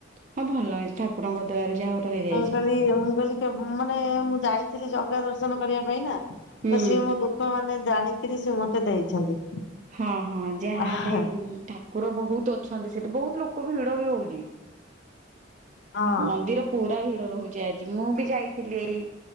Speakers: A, on the right; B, on the left.
A: ହଁ ଭଲ ହେଇଛି ଠାକୁରଙ୍କ ଦୟାରୁ ଯାହା ହଉ ରହିଯାଇଛି।
B: ମୁଁ କଇଲି ମୁଁ କଇଲି କେ ମାନେ ମୁଁ ଯାଇଥିଲି ଜଗା ଦର୍ଶନ କରିଆ ପାଇଁ ନା ତ
A: ହୁଁ
B: ସିଏ ମୋ ଦୁଃଖ ମାନେ ଜାଣିକିରି ସିଏ ମତେ ଦେଇଛନ୍ତି।
A: ହଁ ହଁ ଯାହାହଲେ
B: ହଁ
A: ଠାକୁର ବହୁତ ଅଛନ୍ତି ସେଠି ବହୁତ ଲୋକ ଭିଡ ବି ହଉଚି
B: ହଁ
A: ମନ୍ଦିର ପୁରା ଭି ଡ ରହୁଛି ଆଜି ମୁଁ ବି ଯାଇଥିଲି ଏଇ